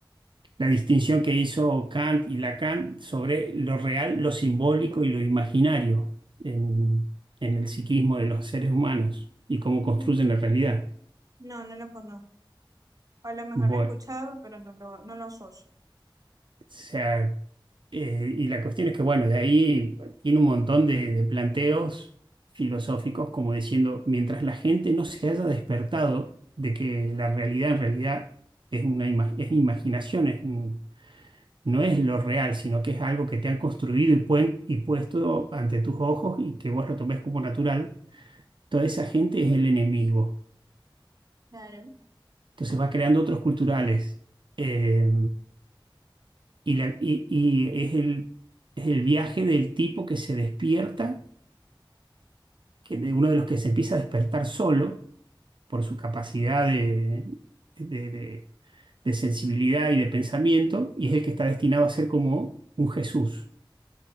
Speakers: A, on the right; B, on the right.
A: la distinción que hizo Kant y Lacan sobre lo real, lo simbólico y lo imaginario en, en el psiquismo de los seres humanos y cómo
B: Mm,
A: construyen la realidad.
B: No, no lo conozco. A lo mejor
A: Bueno,
B: lo he escuchado, pero no lo, no lo asocio.
A: sea, eh, y la cuestión es que, bueno, de ahí tiene un montón de, de planteos filosóficos, como diciendo, mientras la gente no se haya despertado de que la realidad en realidad es una ima- es imaginación, es un- no es lo real, sino que es algo que te han construido y, puen- y puesto ante tus ojos y que vos lo tomes como natural, toda esa gente es el enemigo.
B: Claro.
A: Entonces va creando otros culturales. eh, Y, la- y- y es el, es el viaje del tipo que se despierta, que de uno de los que se empieza a despertar solo por su capacidad de, de- de- de sensibilidad y de pensamiento, y es el que está destinado a ser como un Jesús,